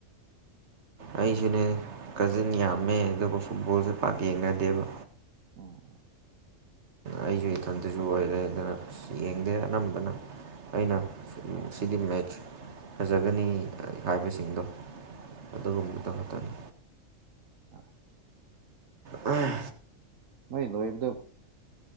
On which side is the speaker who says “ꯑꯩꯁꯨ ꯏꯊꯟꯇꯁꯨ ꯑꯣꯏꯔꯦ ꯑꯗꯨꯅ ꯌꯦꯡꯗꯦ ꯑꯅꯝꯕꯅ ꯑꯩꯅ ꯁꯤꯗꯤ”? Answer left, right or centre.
Right